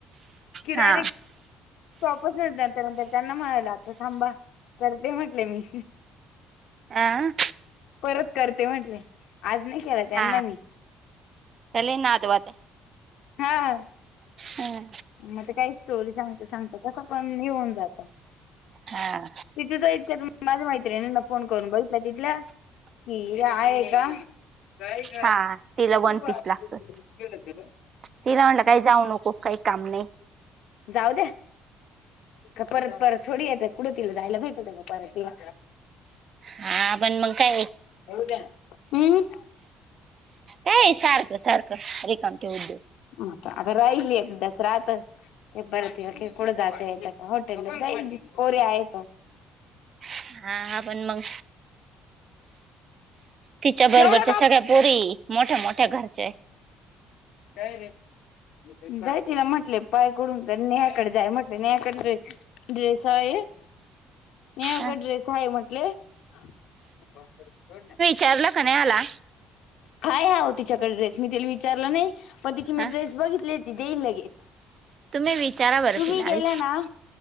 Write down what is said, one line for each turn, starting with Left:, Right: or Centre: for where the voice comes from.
Left: ती
Right: हा
Left: डायरेक. शॉपच न नंतर नंतर त्यांना म्हणाला आता थांबा करते म्हटले मी
Right: आं.
Left: परत करते म्हंटले आज नाही. केला त्यांना
Right: हा
Left: मी
Right: ले नात वाते.
Left: हा.
Right: हा.
Left: मग ते काही स्टोरी सांगते सांगत कसं पण येऊन जातं.
Right: हा.
Left: तिथिच इतक्या माझ्या मैत्रीनी ना फोन करून बघितला तिथल्या. की, हे आहे का? काय का?
Right: हा तिला वन
Left: केव्हा
Right: पीस
Left: आप
Right: लागतोय
Left: खेळ त का <unintelligible>
Right: तिला म्हणलं काही जाऊ नको. काही काम नाही.
Left: जाऊ द्या. परत परत थोडी येत कुठ. तला जायला भेटत का. परत तीला.
Right: हा पण मग काय
Left: अम्म.
Right: काये सारखं सारखं. रिकामटे उद्योग.
Left: आता राहील. एकदाच राहात. के परत तीला काय कुड जात येत. हॉटेल जाईल पोरी आहे त.
Right: हा. पण मग. तिच्या
Left: एवढं
Right: बरोबरच्या
Left: का
Right: सगळ्या पोरी. मोठ्या मोठ्या घरच्याय.
Left: काय रे. जाय तिला म्हटले. पाय कडून तरी. नेहाकडे जाय म्हटले. नेहाकडे जा. ड्रेस आहे. नेहा कडे
Right: हा,
Left: ड्रेस हाये म्हटले. बपरे सोडणा.
Right: चारला क नाही आला.
Left: हाये आहो तिच्याकडे ड्रेस. मी तिला विचारलं नाही. पण तिची मी
Right: हा
Left: ड्रेस बघितलेय. ती देईल लगेच.
Right: तुम्ही विचारा बर
Left: तुम्ही
Right: तीला
Left: गेला
Right: आधी.
Left: ना